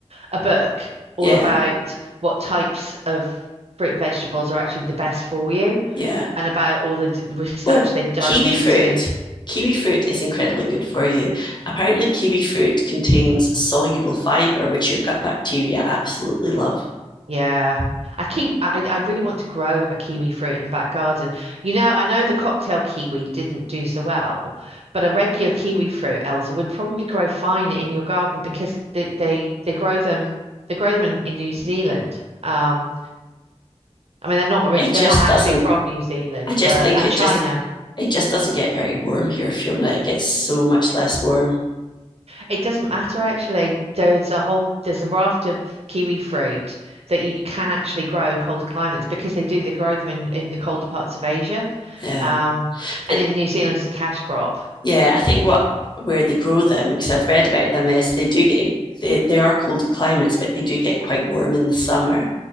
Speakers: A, on the right (about 65°); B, on the left (about 40°).
A: a book all
B: Yeah.
A: about what types of fruit and vegetables are actually the best for you,
B: Yeah.
A: and about all the d research
B: Oh,
A: they've done
B: kiwi
A: into.
B: fruit. Kiwi fruit is incredibly good for you. Apparently, kiwi fruit contains soluble fiber, which your gut bacteria absolutely love.
A: Yeah, I keep. I I really want to grow a kiwi fruit in the back garden. You know, I know the cocktail kiwi didn't do so well, but a regular kiwi fruit, Elsa, would probably grow fine in your garden because they they, they grow them they grow them in, in New Zealand. Um, I mean, they're not orig
B: It
A: they're
B: just
A: not actually
B: doesn't
A: from New Zealand,
B: I just
A: but
B: think
A: and
B: it
A: China.
B: just it just doesn't get very warm here, Fiona. It gets so much less warm.
A: It doesn't matter actually. There's a whole there's a raft of kiwi fruit that you can actually grow in colder climates because they do they grow them in in the colder parts of Asia,
B: Yeah.
A: um,
B: But
A: and in New Zealand it's a cash crop,
B: yeah, I think what where they grow them, because I've read about them, is they do get they, they are colder climates, but they do get quite warm in the summer.